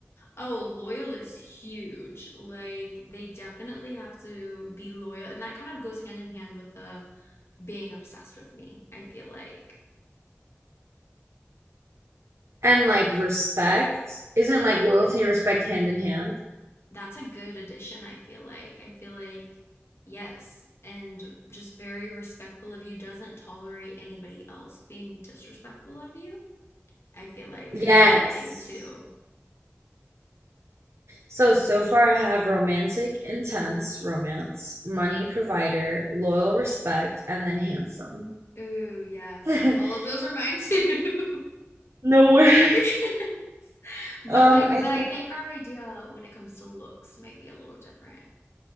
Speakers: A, on the left; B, on the right.
A: oh loyal is huge like they definitely have to be loyal and that kind of goes hand in hand with the being obsessed with me i feel like
B: and like respect. Isn't like loyalty and respect hand in hand?
A: that's a good addition, I feel like. I feel like, yes, and just very respectful of you, doesn't tolerate anybody else being disrespectful of you, I feel like
B: Yes.
A: is a big thing too.
B: So, so far I have romantic, intense, romance, money provider, loyal, respect, and then handsome.
A: Ooh, yes.
B: <laughs>
A: All of those are mine too.
B: No way.
A: <laughs> but
B: Um,
A: like,
B: I
A: but
B: think
A: I think our idea when it comes to looks might be a little different.